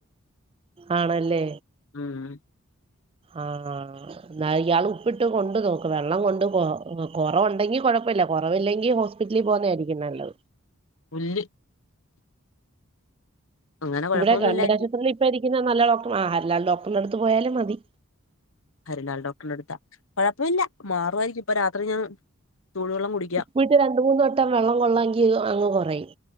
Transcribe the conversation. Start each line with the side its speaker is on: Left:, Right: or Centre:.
Right: ആണല്ലേ
Left: ഉം
Right: ആഹ് എന്ന ഇയാള് ഉപ്പിട്ട് കൊണ്ട് നോക്ക് വെള്ളം കൊണ്ട് പോ കൊറവുണ്ടെങ്കി കൊഴപ്പല്ല കൊറവില്ലെങ്കി ഹോസ് ഹോസ്പിറ്റലിൽ പോവുന്നായിരിക്കും നല്ലത്
Left: പുല്ല് അങ്ങനെ കുഴപ്പമൊന്നും
Right: ഇവിടെ ഗവൺമെന്റ്
Left: ഇല്ലായിരുന്നു
Right: ആശുപത്രില് ഇപ്പ ഇരിക്കുന്ന നല്ല ഡോക്ടർ ആഹ് ഹല്ലാൽ ഡോക്ടർനടുത്ത് പോയാലും മതി
Left: ഹരിലാല് ഡോക്ടറിന്റെ അടുത്താ കുഴപ്പല്ല മാറു ആയിരിക്കും ഇപ്പൊ രാത്രി ഞാൻ ചൂടെള്ളം കുടിക്ക
Right: വീട്ടി രണ്ട് മൂന്ന് വട്ടം വെള്ളം കൊള്ളങ്കി അങ്ങ് കൊറയും